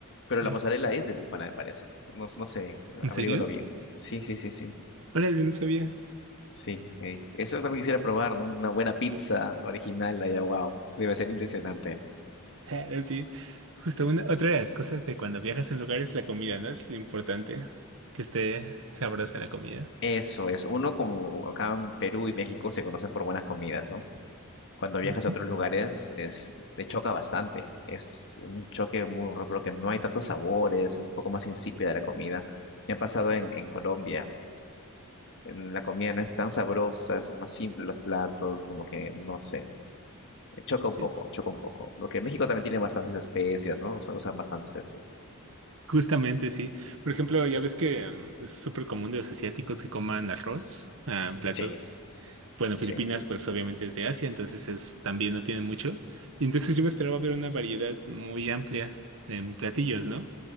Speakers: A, on the left; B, on the right.
A: Pero
B: ¿Eh?
A: la mozzarella es de búfala, me parece. No, no sé bien,
B: ¿En
A: averígualo
B: serio?
A: bien. Sí, sí, sí, sí.
B: Órale, no sabía. <laughs>
A: Sí, eh, eso también quisiera probar, ¿no? Una buena pizza original allá, wow, debe ser impresionante.
B: Ah, sí. Justo una, otra de las cosas de cuando viajas en lugares es la comida, ¿no? Es lo importante. Que esté sabrosa la comida.
A: Eso es, uno como acá en Perú y México se conocen por buenas comidas, ¿no? Cuando viajas
B: Ujú.
A: a otros lugares es, te choca bastante, es un choque muy raro porque no hay tantos sabores, es un poco más insípida la comida. Me ha pasado en, en Colombia, en la comida no es tan sabrosa, son más simples los platos, como que no sé, choca un
B: Sí.
A: poco, choca un poco. Porque en México también tiene bastantes especias, ¿no? Usan, usan bastantes esos.
B: Justamente, sí. Por ejemplo, ya ves que em, es súper común de los asiáticos que coman arroz, ah, platos.
A: Sí.
B: Bueno, Filipinas,
A: Sí,
B: pues obviamente es de Asia, entonces es, también no tienen mucho. Y Entonces yo me esperaba ver una variedad muy amplia en platillos, ¿no?